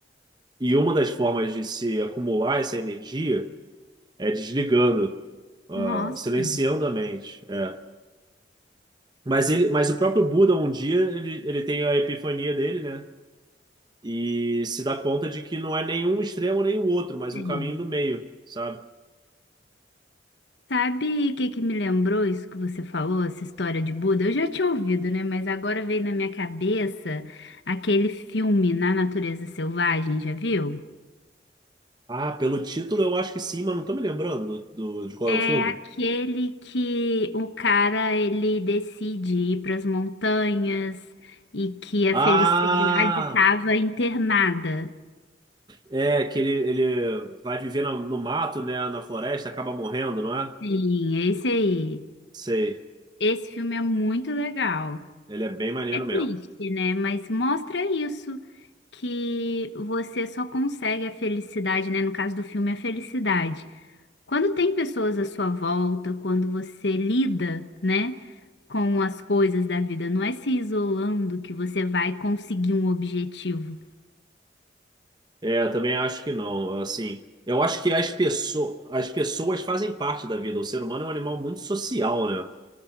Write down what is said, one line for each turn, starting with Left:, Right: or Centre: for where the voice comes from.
Right: E uma das formas de se acumular essa energia é desligando, ah,
Left: Nossa,
Right: silenciando a mente. é. Mas ele, mas o próprio Buda, um dia, ele, ele tem a epifania dele, né? E se dá conta de que não é nenhum extremo nem o outro, mas
Left: sim.
Right: um caminho do meio, sabe?
Left: Sabe o que que me lembrou isso que você falou, essa história de Buda? Eu já tinha ouvido, né? Mas agora veio na minha cabeça aquele filme Na Natureza Selvagem, já viu?
Right: Ah, pelo título eu acho que sim, mas não tô me lembrando do, do- de qual
Left: É
Right: é o filme.
Left: aquele que o cara ele decide ir para as montanhas e que a
Right: Ah,
Left: felicidade estava internada.
Right: é que ele, ele vai viver no, no mato, né? Na floresta, acaba morrendo, não é?
Left: Sim, esse aí.
Right: Sei.
Left: Esse filme é muito legal.
Right: Ele é bem maneiro
Left: É triste,
Right: mesmo.
Left: né? Mas mostra isso, que você só consegue a felicidade, né? No caso do filme, a felicidade. Quando tem pessoas à sua volta, quando você lida, né? com as coisas da vida. Não é se isolando que você vai conseguir um objetivo.
Right: É, eu também acho que não. Assim, eu acho que as pessoas, as pessoas fazem parte da vida. O ser humano é um animal muito social, né?